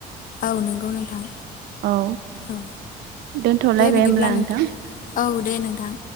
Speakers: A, on the left; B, on the right.
A: औ नोंगौ नोंथां
B: औ
A: औ।
B: दोनथ'लायबाय
A: दे बिदिब्ला
B: होमब्ला नोंथां
A: नोंथ औ दे नोंथां।